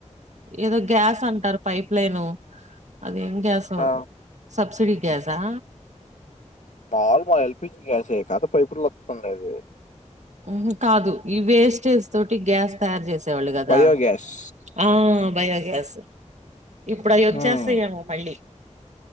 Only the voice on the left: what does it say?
ఆ!
మాముల్ మా ఎల్పీజీ గ్యాసే <unintelligible> ఉండది
బయోగ్యాస్.
హ్మ్.